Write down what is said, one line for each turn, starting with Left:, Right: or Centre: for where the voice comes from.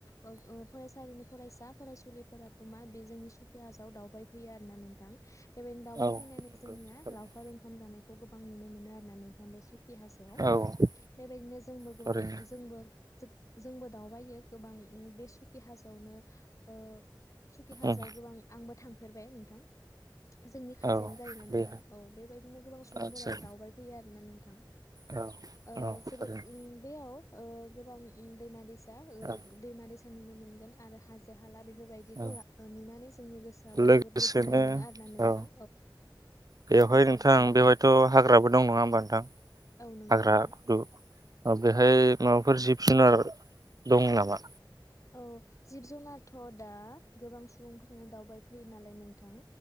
Left: ओ फरायसालिफोर फरायसा फरायसुलिफोराबो मा बे जोंनि सुकि हाजोआव दावबाय फैयो आरो ना नोंथां बेबायदिनो दावबाय
Right: औ
Left: फैनानै
Right: नंगौ
Left: जोंनिया
Right: थारैनो
Left: लावखार ओंखाम जानाय खौ गोबां नुनो मोनो आरो नोंथां बे सु खि हाजोआव
Right: औ
Left: बेबायदिनो जोंबो गोबां
Right: थारैनो
Left: जोंबो जो जोंबो दावबायो गोबां बे सुखि हाजोआवनो ओ सुखि हाजोआव
Right: उम
Left: गोबां आंबो थांफेरबाय नोंथां जोंनि खाथियानो
Right: औ
Left: जायोना नोंथां
Right: बे
Left: औ बेबायदिनो गोबां सुबुंफोराबो
Right: आदसा
Left: दावबाय फैयो आरो ना नोंथां
Right: औ
Left: ओ
Right: औ
Left: जोबोद
Right: थारैनो
Left: बेयाव ओ गोबां दैमा दैसा दा ओ
Right: औ
Left: दैमा दैसा नुनो मोनगोन आरो हाजो हाला बेफोरबायदिखौ
Right: औ
Left: नुनानै जोंनि गोसोआबो
Right: लोगोसेनो
Left: जोबोद गोजोननाय मोनो आरोना नोंथां
Right: औ बेवहाय
Left: गोसोआ
Right: नोंथां
Left: गोजोननाय
Right: बेवहायथ'
Left: मोनो
Right: हाग्राबो दं नङा होमबा नोंथां
Left: औ नंगौ
Right: हाग्रा
Left: नोंथां
Right: खुदु बेहाय म बेफोर जिब जुनार दं नामा?
Left: औ जिब जुनारथ' दा गोबां सुबुंफोरानो दावबायफैयो नालाय नोंथां